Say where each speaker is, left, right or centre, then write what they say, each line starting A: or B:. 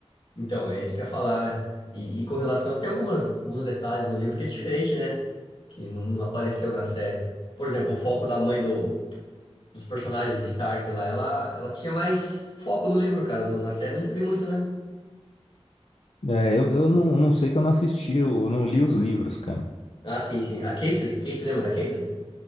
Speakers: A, on the left (about 55°); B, on the left (about 70°).
A: Então, é isso que eu ia falar, né? E, e com relação, tem algumas, alguns detalhes no livro que é diferente, né? Que não, não apareceu na série. Por exemplo, o foco da mãe do, dos personagens de Stark lá, ela, ela tinha mais foco no livro, cara. No- na série não teve muito, né?
B: É, eu, eu não, não sei que eu não assisti, eu não li os livros, cara.
A: Ah, sim, sim. A Caitlyn, Caitlyn, lembra da Caitlyn?